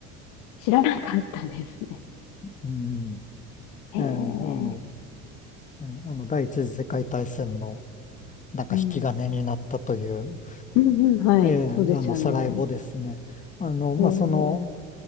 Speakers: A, on the left; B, on the left.
A: 知らなかったですね。
B: うん
A: へえ。
B: ええ、あの、ええ、あの、第一次世界大戦の、なんか引き金になったという、
A: うん。うんうん、はい。
B: ええ、あの、
A: そうですよね。
B: サラエボですね。あの、
A: ほう。
B: まあ、その、